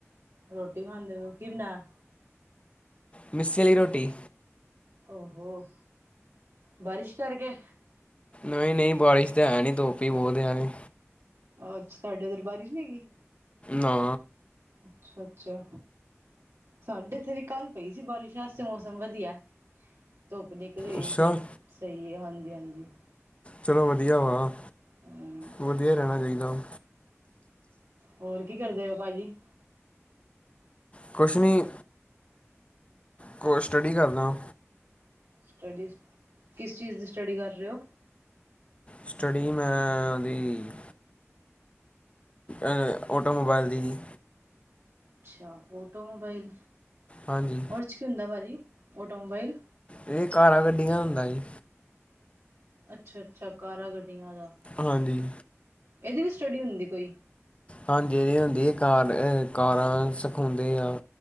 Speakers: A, on the right; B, on the left.
A: ਰੋਟੀ ਖਾਂਦੇ ਪਏ ਹੋ ਕੀ ਬਣਾਏਆ?
B: ਮਿੱਸੀ ਵਾਲੀ ਰੋਟੀ,
A: ਓਹੋ ਬਾਰਿਸ਼ ਕਰਕੇ,
B: ਨਈ -ਨਈ ਬਾਰਿਸ਼ ਤੇ ਹੈ ਨਈ ਧੋਪ ਈ ਬਹੁਤ ਆ ਤੇ,
A: ਅੱਛਾ ਤੁਹਾਡੇ ਏਦਰ ਬਾਰਿਸ਼ ਨਈ ਹੈਗੀ,
B: ਨਾ,
A: ਅੱਛਾ- ਅੱਛਾ, ਸਾਡੇ ਏਥੇ ਵੀ ਕੱਲ ਪਈ ਸੀ ਬਾਰਿਸ਼, ਵੈਸੇ ਤੇ ਮੌਸਮ ਵਧੀਆ ਧੁੱਪ ਨਈ
B: ਅੱਛਾ
A: ਸਹੀ- ਸਹੀ ਆ ਹਾਂਜੀ- ਹਾਂਜੀ।
B: ਚਲੋ ਵਧੀਆ ਵਾ
A: ਹਮ
B: ਵਧੀਆ ਰੈਹਣਾ ਚਾਹੀਦਾ ਵਾ,
A: ਹੋਰ ਕੀ ਕਰਦੇ ਓ ਪਾਜੀ?
B: ਕੁਛ ਨੀ, ਕੋਲ ਸਟੱਡੀ ਕਰਦਾ,
A: ਸਟੱਡੀ ਕਿਸ ਚੀਜ਼ ਦੀ ਸਟੱਡੀ ਕਰ ਰਹੇ ਓ,
B: ਸਟੱਡੀ ਮੈਂ ਓਹਦੀ, ਅ ਓਟੋ ਮੋਬਾਇਲ ਦੀ ਜੀ।
A: ਅੱਛਾ ਓਟੋਮੋਬਾਈਲ,
B: ਹਾਂਜੀ।
A: ਓਚ ਕੀ ਹੁੰਦਾ ਪਾਜੀ ਓਟੋਮੋਬਾਈਲ,
B: ਏਹ ਕਾਰਾਂ ਗੱਡੀਆਂ ਹੁੰਦਾ ਜੀ।
A: ਅੱਛਾ -ਅੱਛਾ ਕਾਰਾ ਗੱਡੀਆਂ ਦਾ,
B: ਹਾਂਜੀ।
A: ਏਹਦੀ ਵੀ ਸਟੱਡੀ ਹੁੰਦੀ ਕੋਈ,
B: ਹਾਂਜੀ ਏਹਦੀ ਹੁੰਦੀ ਕਾਰ ਕਾਰਾਂ ਸਿਖਾਉਂਦੇ ਆ,